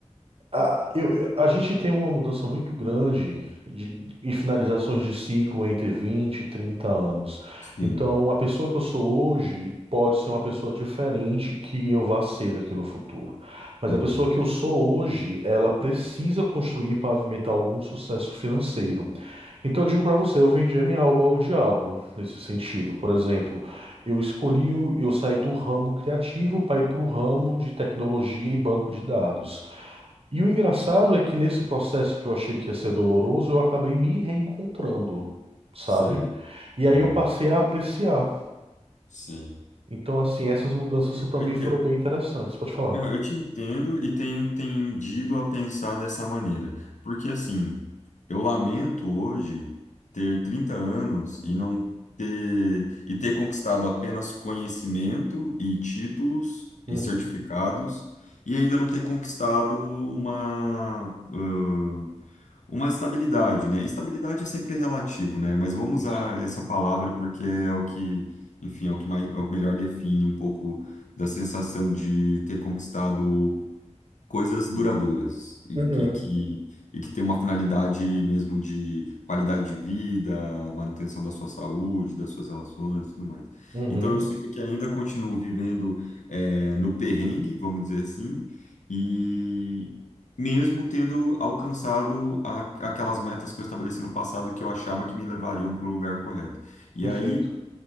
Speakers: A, on the right; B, on the left.
A: A, eu, a gente tem uma mudança muito grande de, e finalizações de ciclo entre 20 e 30 anos.
B: sim,
A: Então, a pessoa que eu sou hoje pode ser uma pessoa diferente que eu vá ser daqui no futuro. Mas
B: uhum,
A: a pessoa que eu sou hoje, ela precisa construir e pavimentar algum sucesso financeiro. Então, eu digo para você, eu vendi a minha alma ao diabo nesse sentido. Por exemplo, eu escolhi, o- eu saí do ramo criativo para ir para o ramo de tecnologia e banco de dados. E o engraçado é que nesse processo que eu achei que ia ser doloroso, eu acabei me reencontrando, sabe?
B: sei,
A: E
B: aham,
A: aí eu passei a apreciar.
B: sim.
A: Então, assim, essas mudanças
B: Eu
A: para mim
B: entendo
A: foram bem interessantes. Pode falar.
B: Eu, eu te entendo e tenho tendido a pensar dessa maneira, porque assim, eu lamento hoje ter 30 anos e não ter e ter conquistado apenas conhecimento e títulos
A: Uhum.
B: e certificados e ainda não ter conquistado uma ãh, uma estabilidade, né? Estabilidade é sempre relativo, né? Mas vamos
A: Isso.
B: usar essa palavra porque é o que, enfim, é o que mais, é o que melhor define um pouco da sensação de ter conquistado coisas duradouras e,
A: Uhum.
B: e que, e que tem uma finalidade mesmo de qualidade de vida, manutenção da sua saúde, das suas relações e tudo mais.
A: Uhum.
B: Então eu sinto que ainda continuo vivendo eh, no perrengue, vamos dizer assim, e mesmo tendo alcançado a- aquelas metas que eu estabeleci no passado que eu achava que me levariam para o lugar correto. E
A: Perfeito.
B: aí